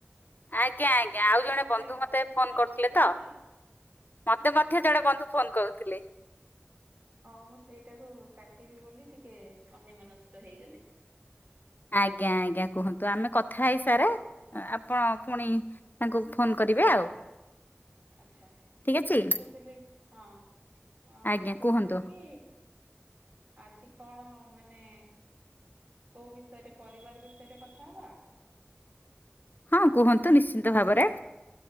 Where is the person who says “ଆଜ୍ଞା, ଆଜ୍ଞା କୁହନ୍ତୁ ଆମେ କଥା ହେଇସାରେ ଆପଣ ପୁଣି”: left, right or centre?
Left